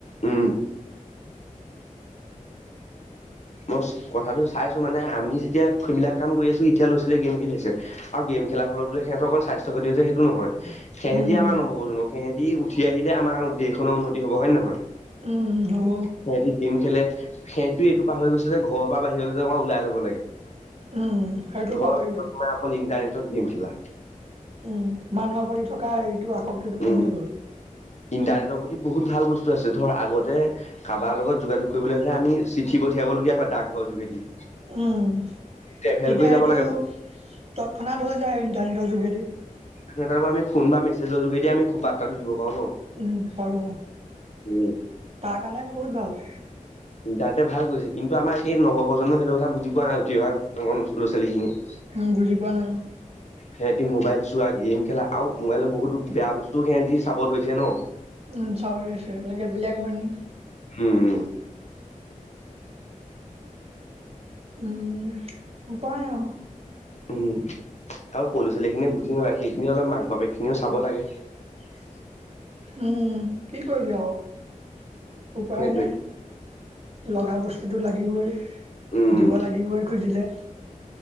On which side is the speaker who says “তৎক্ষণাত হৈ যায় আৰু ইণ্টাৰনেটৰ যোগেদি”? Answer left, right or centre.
Right